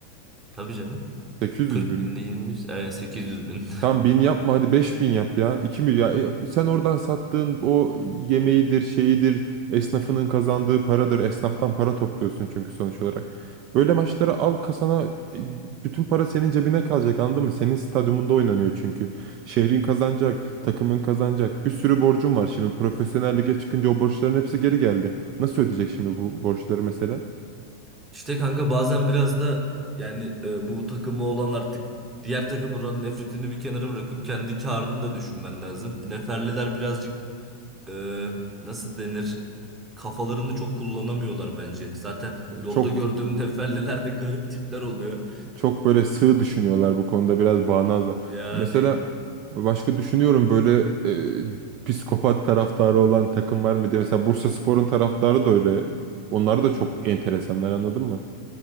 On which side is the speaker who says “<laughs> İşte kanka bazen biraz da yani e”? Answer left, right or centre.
Right